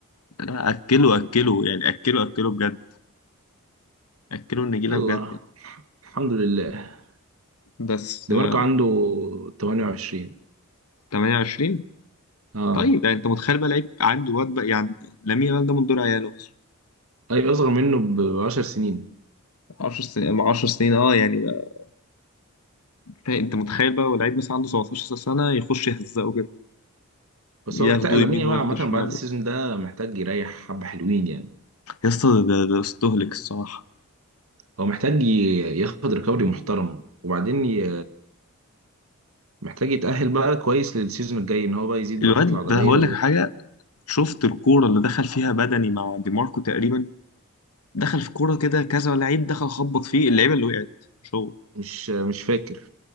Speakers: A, on the left; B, on the right.
A: لا اكله اكله يعني اكله اكله بجد اكله النجيله
B: يلا
A: بجد
B: الحمد لله
A: بس
B: دي
A: آه،
B: ماركو عنده 28
A: 28
B: اه
A: طيب يعني انت متخيل بقى لعيب عنده واد بقى يعني لامين يامال ده من دول عياله اصلا،
B: اي اصغر منه ب 10 سنين
A: 10 سنين 10 سنين اه يعني بقى طيب، انت متخيل بقى ولعيب مثلا عنده 17 سنه يخش يهزقه كده
B: بس
A: ياخدوا
B: هو محتاج لامين
A: يمين
B: يامال
A: وياخدوا
B: عامه
A: شمال
B: بعد السيزون ده محتاج يريح حبه حلوين يعني
A: يا اسطى ده ده استهلك الصراحه
B: هو محتاج ي- ياخد ريكفري محترم وبعدين ي... محتاج يتأهل بقى كويس للسيزون الجاي ان هو بقى يزيد
A: الواد
B: بقى كتلة عضلية
A: ده هقول لك حاجه شفت الكوره اللي دخل فيها بدني مع دي ماركو تقريبا دخل في كوره كده كذا لعيب دخل خبط فيه اللعيبه اللي وقعت مش هو
B: ومش مش فاكر